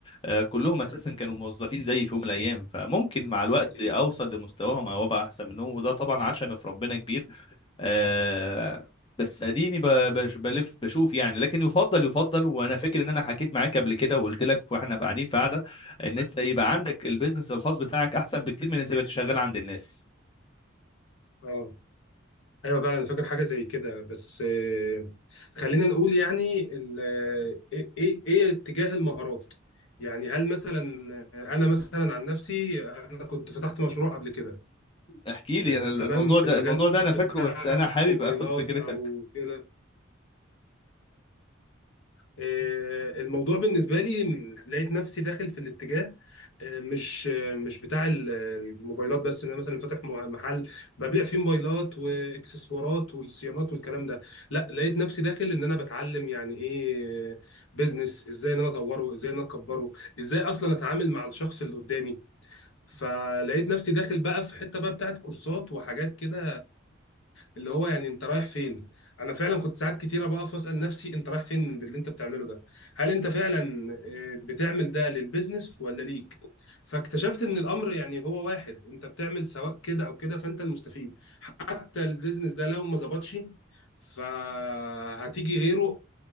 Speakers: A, on the left; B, on the left.
A: آه، كلهم اساسا كانوا موظفين زيي في يوم من الايام فممكن مع الوقت
B: أكيد
A: اوصل لمستواهم او ابقى احسن منهم وده طبعا عشم في ربنا كبير آه، بس اديني ب- بش- بلف بشوف يعني لكن يفضل يفضل وانا فاكر ان انا حكيت معاك قبل كده وقلت لك واحنا قاعدين في قعده ان انت يبقى عندك البيزنس الخاص بتاعك احسن بكتير من ان انت تبقى شغال عند الناس
B: آه ايوه فعلا أنا فاكر حاجه زي كده بس آه، خلينا نقول يعني ال- آه، ايه ايه إيه اتجاه المهارات يعني هل مثلا آه، انا مثلا عن نفسي آه، انا كنت فتحت مشروع قبل كده
A: احكي لي
B: آه،
A: انا الموضوع
B: تمام في
A: ده
B: المجال
A: الموضوع ده انا فاكره
B: بتاع
A: بس انا
B: الموبايلات
A: حابب اخد فكرتك
B: او كده آه، الموضوع بالنسبة لي لقيت نفسي داخل في الاتجاه آه، مش آه، مش بتاع ال- الموبايلات بس ان انا مثلا فاتح م- محل ببيع فيه موبايلات واكسسوارات والصيانات والكلام ده لا لقيت نفسي داخل ان انا بتعلم يعني ايه بيزنس ازاي ان انا اطوره ازاي ان انا اكبره ازاي اصلا اتعامل مع الشخص اللي قدامي فلقيت نفسي داخل بقى في حتة بقى بتاعت كورسات وحاجات كده اللي هو يعني انت رايح فين انا فعلا كنت ساعات كتيره بقف اسال نفسي انت رايح فين باللي انت بتعمله ده هل انت فعلا آه، بتعمل ده للبيزنس ولا ليك فاكتشفت ان الامر يعني هو واحد انت بتعمل سواء كده او كده فانت المستفيد حتى البيزنس ده لو ما ظبطش فهتيجي غيره